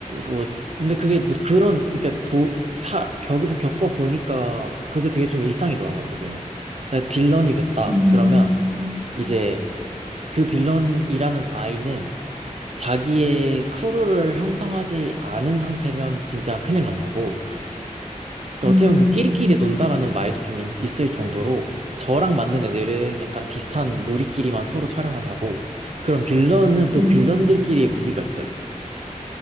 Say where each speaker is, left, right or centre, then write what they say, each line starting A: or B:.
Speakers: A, on the right; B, on the right.
A: 뭐 근데 그게 뭐 그런 그러니까 보, 사, 거기서 겪어 보니까 그게 되게 좀 일상이더라고요 거기는. 그러니까 빌런이 됐다
B: 음,
A: 그러면 이제 그 빌런이라는 아이는 자기의 크루를 형성하지 않은 상태면 진짜 큰일 난 거고 근데
B: 음,
A: 어떻게 보면 그 끼리끼리 논다라는 말도 좀 있- 있을 정도로 저랑 맞는 애들은 약간 비슷한 무리끼리만 서로 촬영을 하고 그런 빌런은 또
B: 음,
A: 빌런들끼리의 무리가 있어요.